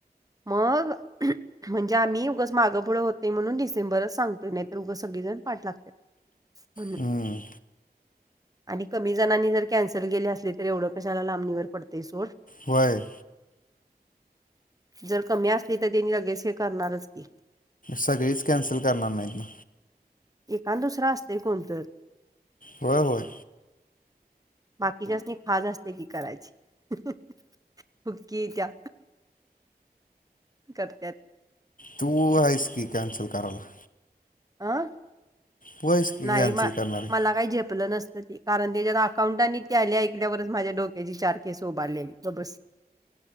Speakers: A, on the right; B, on the left.
A: मग म्हणजे आम्ही उगच मागं पुुढं होतय म्हणून डिसेंबरच सांग नाही तर उगच सगळीजण पाठ लागतात म्हणून.
B: हम्म,
A: आणि कमी जणांनी जर कॅन्सल केल असली, तर एवढं कशाला लांबणीवर पडतय सोड.
B: होय.
A: जर कमी असली तर त्यांनी लगेच हे करणारच की.
B: सगळीच कॅन्सल करणार नाहीत ना?
A: एकांद, दुसरा असतय कोण तर?
B: होय होय.
A: बाकीच्यासनी खाज असते की करायची. अहं अहं. हुकी येत्या करत्यात.
B: तू हाईस की कॅनसल कराला?
A: अं
B: तू आहेस की
A: नाही
B: कॅन्सल
A: म
B: करणारी
A: मला काही झेपलं नस कारण ते जर अकाउंट आणि ते टॅली ऐकल्यावरच माझ्या डोक्याची चार केस उभारलेली गप बस.